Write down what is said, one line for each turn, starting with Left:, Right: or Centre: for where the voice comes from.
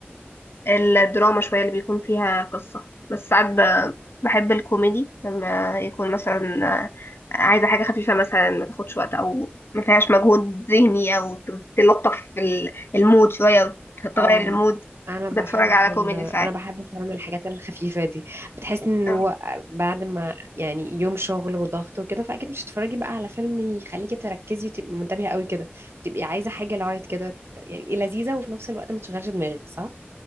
Left: الدراما شوية اللي بيكون فيها قصة بس ساعات ب- بحب الكوميدي لما يكون مثلا آه، عايزة حاجة خفيفة مثلا ما تاخدش وقت أو ما فيهاش مجهود ذهني أو ت- تلطف ال- المود شوية وتغير
Right: اه
Left: المود
Right: انا
Left: بتفرج
Right: بحب
Left: على
Right: ال...
Left: كوميدي ساعات
Right: انا بحب فعلا الحاجات الخفيفه دي بتحس ان
Left: آه،
Right: هو بعد ما يعني يوم شغل وضغط وكده فاكيد مش هتتفرجي بقى على فيلم يخليكي تركزي وتبقي منتبهه قوي كده بتبقي عايزه حاجه لايت كده يعني إيه لذيذه وفي نفس الوقت ما تشغلش دماغك صح